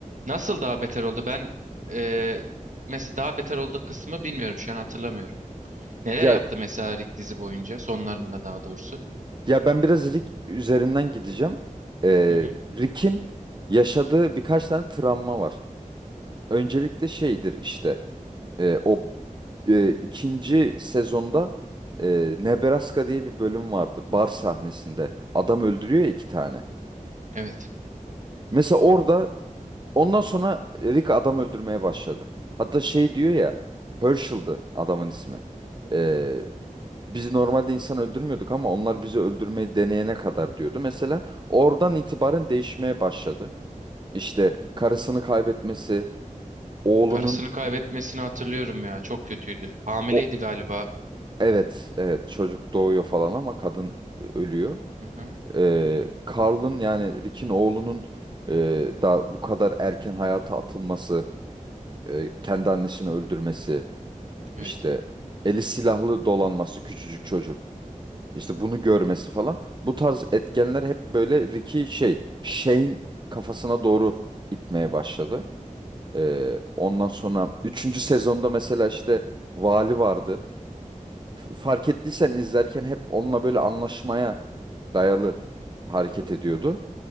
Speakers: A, on the right (about 65°); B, on the right (about 35°).
A: Nasıl daha beter oldu? Ben e, mesela daha beter olduğu kısmı bilmiyorum şu an hatırlamıyorum. Neler
B: Ya
A: yaptı mesela Rick dizi boyunca sonlarında daha doğrusu?
B: ya ben biraz Rick üzerinden gideceğim. E,
A: Hı hı.
B: Rick'in yaşadığı birkaç tane travma var. Öncelikle şeydir işte e, o e, ikinci sezonda e, Nebraska diye bir bölüm vardı bar sahnesinde. Adam öldürüyor ya iki tane.
A: Evet.
B: Mesela orada Ondan sonra Rick adam öldürmeye başladı. Hatta şey diyor ya, Herschel'dı adamın ismi. Ee, biz normalde insan öldürmüyorduk ama onlar bizi öldürmeyi deneyene kadar diyordu. Mesela oradan itibaren değişmeye başladı. İşte karısını kaybetmesi, oğlunun
A: Karısını kaybetmesini hatırlıyorum ya. Çok kötüydü. Hamileydi
B: o
A: galiba.
B: evet evet çocuk doğuyor falan ama kadın e, ölüyor.
A: Hı hı.
B: Ee, Carl'ın yani Rick'in oğlunun e, da bu kadar erken hayata atılması, e, kendi annesini öldürmesi.
A: Evet.
B: İşte eli silahlı dolanması küçücük çocuk. İşte bunu görmesi falan. Bu tarz etkenler hep böyle Ricky şey, Shane kafasına doğru itmeye başladı. Ee, ondan sonra üçüncü sezonda mesela işte vali vardı. F- fark ettiysen izlerken hep onunla böyle anlaşmaya dayalı hareket ediyordu.